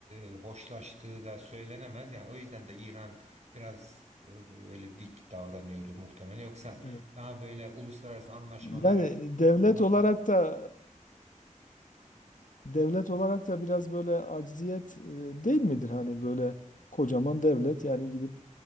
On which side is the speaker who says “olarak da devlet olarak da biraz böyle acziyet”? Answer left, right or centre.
Left